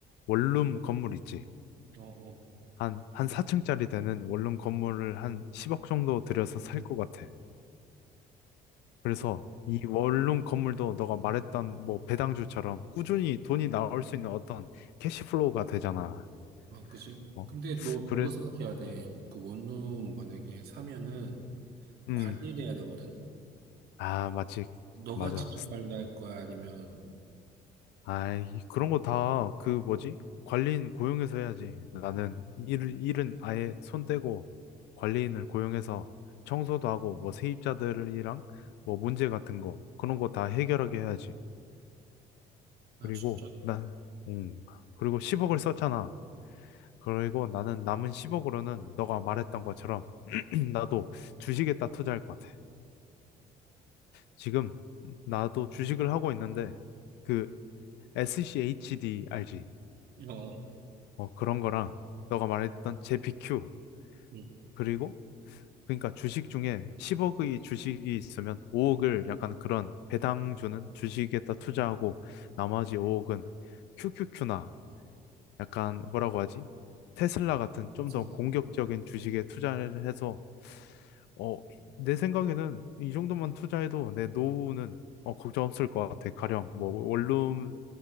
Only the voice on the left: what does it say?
원룸 건물 있지.
한, 한 4층짜리 되는 원룸 건물을 한 10억 정도 들여서 살 것 같아. 그래서
이 원룸 건물도 너가 말했던 뭐 배당주처럼 꾸준히 돈이 나올 수 있는 어떤 캐시플로우가 되잖아.
어?
그래,
음,
음.
아, 마치,
맞아.
아, 그런 거 다 그 뭐지? 관리인 고용해서 해야지. 나는 일, 일은 아예 손 떼고 관리인을 고용해서 청소도 하고 뭐 세입자들이랑 뭐 문제 같은 거 그런 거 다 해결하게 해야지. 그리고
난, 음, 그리고 10억을 썼잖아. 그리고 나는 남은 10억으로는 너가 말했던 것처럼 <clears throat> 나도 주식에다 투자할 것 같아. 지금 나도 주식을 하고 있는데 그 SCHD 알지?
어, 그런 거랑 너가 말했던 JPQ
그리고 그러니까 주식 중에 10억의 주식이 있으면 5억을 약간 그런 배당 주는 주식에다 투자하고 나머지 5억은 QQQ나 약간 뭐라고 하지? 테슬라 같은 좀
더 공격적인 주식에 투자를 해서 어, 내 생각에는 이 정도만 투자해도 내 노후는 어, 걱정 없을 것 같아. 가령 뭐 원룸에